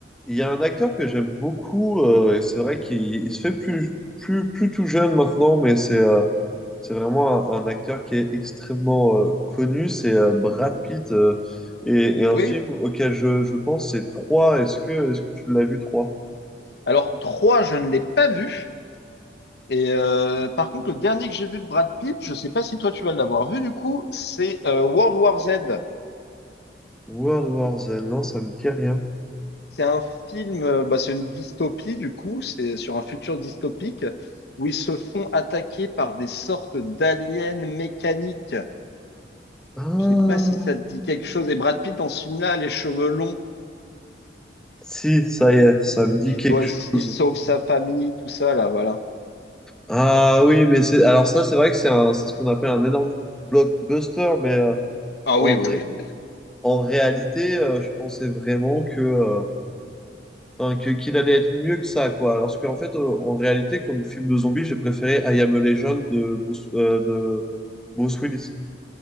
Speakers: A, in the centre; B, on the left (about 70°).
A: Il y a un acteur que j'aime beaucoup, euh, et c'est vrai qu'il il se fait plus, plus, plus tout jeune maintenant, mais c'est euh, c'est vraiment un, un acteur qui est extrêmement euh, connu, c'est euh, Brad Pitt, euh, et, et un
B: Oui.
A: film auquel je, je pense, c'est 3. Est-ce que, est-ce que tu l'as vu, trois?
B: Alors, 3, je ne l'ai pas vu. Et euh, par contre, le dernier que j'ai vu de Brad Pitt, je sais pas si toi tu vas l'avoir vu du coup, c'est euh, World War Z.
A: World War Z, non, ça me dit rien.
B: C'est un film, euh, bah, c'est une dystopie du coup, c'est sur un futur dystopique où ils se font attaquer par des sortes d'aliens mécaniques.
A: Ah,
B: Je sais pas si ça te dit quelque chose. Et Brad Pitt dans ce film-là, a les cheveux longs,
A: si, ça y est, ça me dit
B: il
A: quelque
B: doit,
A: chose.
B: il sauve sa famille, tout ça là, voilà.
A: Ah oui, mais c'est alors ça, c'est vrai que c'est un- c'est ce qu'on appelle un énorme blockbuster, mais euh,
B: Ah
A: en,
B: oui, oui.
A: ré-
B: oui.
A: En réalité, euh, je pensais vraiment que, euh, enfin, que- qu'il allait être mieux que ça, quoi. Alors qu'en fait, euh, en réalité, comme film de zombie, j'ai préféré I Am a Legend de Bruce, euh, de Bruce Willis.